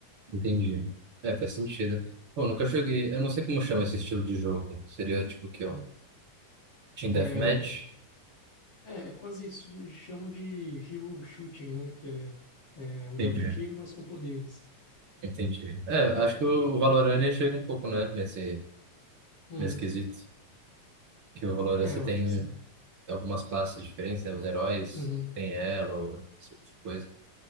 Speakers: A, on the right; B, on the left.
A: Entendi. É, faz sentido. Pô, nunca cheguei... Eu não sei como chama esse estilo de jogo. Seria, tipo, o quê? Um
B: Hum,
A: team
B: É,
A: deathmatch?
B: é é quase isso. Eles chamam de hero shooting, né, que é, é um
A: Entendi.
B: jogo de tiro, mas com poderes.
A: Entendi. É, acho que o Valorant ele chega um pouco, né, nesse,
B: Uhum.
A: nesse quesito. Que o Valorant
B: É,
A: você
B: eu
A: tem
B: acho que sim.
A: algumas classes diferentes, né? Os heróis,
B: Uhum,
A: tem elo, esse tipo de coisa.